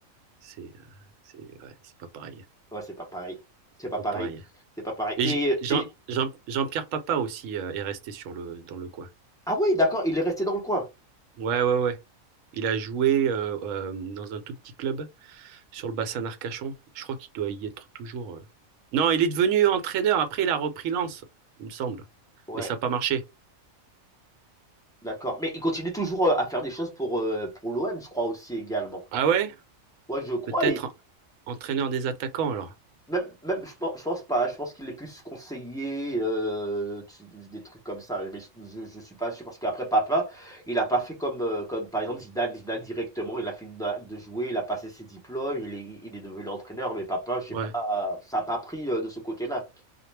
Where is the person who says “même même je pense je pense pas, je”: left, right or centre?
Centre